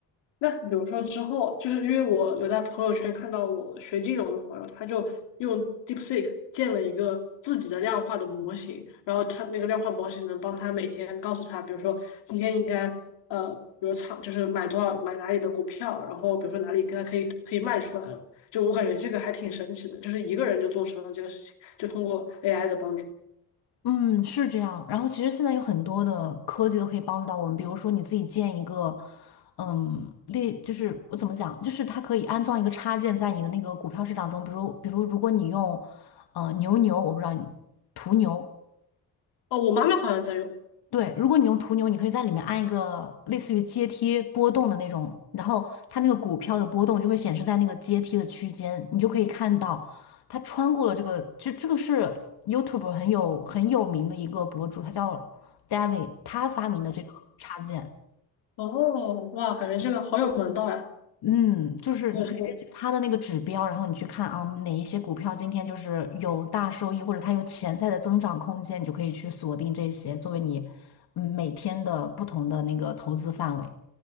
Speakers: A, on the left (about 85°); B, on the left (about 65°).
A: 那比如说之后，就是因为我有在朋友圈看到我学金融的朋友，他就用 DeepSeek 建了一个自己的量化的模型，然后他那个量化模型能帮他每天告诉他，比如说今天应该呃，比如仓就是买多少买哪里的股票，然后比如说哪里该可以可以卖出来了。就我感觉这个还挺神奇的，就是一个人就做成了这个事情，就通过 AI 的帮助。
B: 嗯，是这样。然后其实现在有很多的科技都可以帮助到我们，比如说你自己建一个，嗯，类就是我怎么讲，就是它可以安装一个插件在你的那个股票市场中，比如比如如果你用，呃，牛牛，我不知道你途牛，
A: 哦，我妈妈好像在用。
B: 对，如果你用途牛，你可以在里面按一个类似于阶梯波动的那种，然后它那个股票的波动就会显示在那个阶梯的区间，你就可以看到它穿过了这个，这这个是 YouTube 很有很有名的一个博主，他叫 David，他发明的这个插件，
A: 哦，哇，感觉这个好有门道呀！
B: 嗯，就是你可以根据他的那个指标，
A: 就是。
B: 然后你去看啊嗯哪一些股票今天就是有大收益，或者它有潜在的增长空间，你就可以去锁定这些作为你嗯每天的不同的那个投资范围。